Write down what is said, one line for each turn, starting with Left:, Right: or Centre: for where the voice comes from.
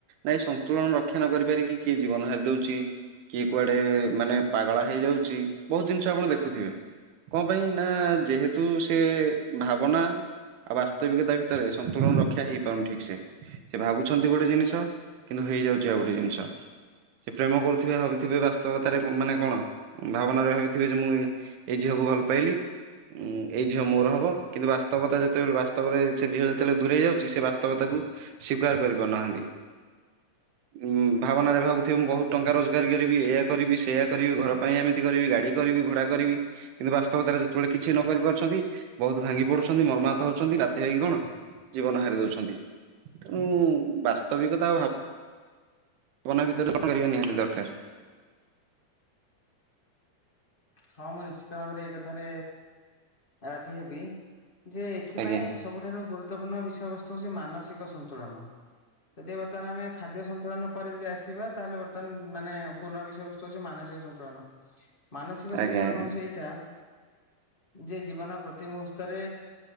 Right: ନାଇଁ ସନ୍ତୁଳନ ରକ୍ଷା ନ କରିପାରିକି କିଏ ଜୀବନ ହାରି ଦଉଛି। କିଏ କୁଆଡେ ମାନେ ପାଗଳା ହେଇଯାଉଛି ବହୁତ ଜିନିଷ ଆପଣ ଦେଖୁଥିବେ। କଣ ପାଇଁ ନା ଯେହେତୁ ସେ ଭାବନା ଆଉ ବାସ୍ତବିକତା ଭିତରେ ସନ୍ତୁଳନ ରକ୍ଷା ହେଇପାରୁନି ଠିକ୍ ସେ ସେ ଭାବୁଛନ୍ତି ଗୋଟେ ଜିନିଷ କିନ୍ତୁ ହେଇଯାଉଛି ଆଉ ଗୋଟେ ଜିନିଷ। ସେ ପ୍ରେମ କରୁଥିବେ ଭାବିଥିବେ ବାସ୍ତବତାରେ ମାନେ କଣ ଭାବନାରେ ଭାବିଥିବେ ଯେ ମୁଁ ଏଇ ଝିଅକୁ ଭଲ ପାଇଲି ଏଇ ଝିଅ ମୋର ହବ କିନ୍ତୁ ବାସ୍ତବତା ଯେତେବେଳେ ବାସ୍ତବରେ ସେ ଝିଅ ଯେତେବେଳେ ଦୂରେଇ ଯାଉଛି ସେ ବାସ୍ତବତାକୁ ସ୍ୱୀକାର କରିପାରୁନାହାନ୍ତି ଉଁ ଭାବନାରେ ଭାବ କହୁଥିବେ ମୁଁ ବହୁତ ଟଙ୍କା ରୋଜଗାର କରିବି ଏୟା କରିବି ସେୟା କରିବି ଘର ପାଇଁ ଏମିତି କରିବି ଗାଡ଼ି କରିବି ଘୋଡ଼ା କରିବି କିନ୍ତୁ ବାସ୍ତବତାରେ ଯେତେବେଳେ କିଛି ନ କରି ପାରୁଛନ୍ତି ବହୁତ ଭାଙ୍ଗି ପଡୁଛନ୍ତି ମର୍ମାହତ ହଉଛନ୍ତି ବାଧ୍ୟ ହେଇକି କଣ? ଜୀବନ ହାରି ଦଉଛନ୍ତି ତେଣୁ ବାସ୍ତବିକତା ଭାବ ଭାବନା ଭିତରେ କରିବା ନିହାତି ଦରକାର।
Left: ହଁ ମୁଁ ନିଶ୍ଚିତ ଭାବରେ ଏ କଥାରେ ରାଜି ହେବି ଯେ ଥିପାଇଁ
Right: ଆଜ୍ଞା।
Left: ସବୁଠାରୁ ଗୁରୁତ୍ୱପୂର୍ଣ୍ଣ ବିଷୟବସ୍ତୁ ହଉଛି ମାନସିକ ସନ୍ତୁଳନ। ଯଦି ବର୍ତ୍ତମାନ ଆମେ ଖାଦ୍ୟ ସନ୍ତୁଳନ ପରେ ଯଦି ଆସିବା ତାହେଲେ ବର୍ତ୍ତମାନ ମାନେ ପୁରୁଣା ବିଷୟବସ୍ତୁ ହଉଛି ମାନସିକ ସନ୍ତୁଳନ। ମାନସିକ ସନ୍ତୁଳନ
Right: ଆଜ୍ଞା ଆଜ୍ଞା
Left: ହଉଛି ଏଇଟା ଯେ ଜୀବନ ପ୍ରତି ମୁହୂର୍ତ୍ତରେ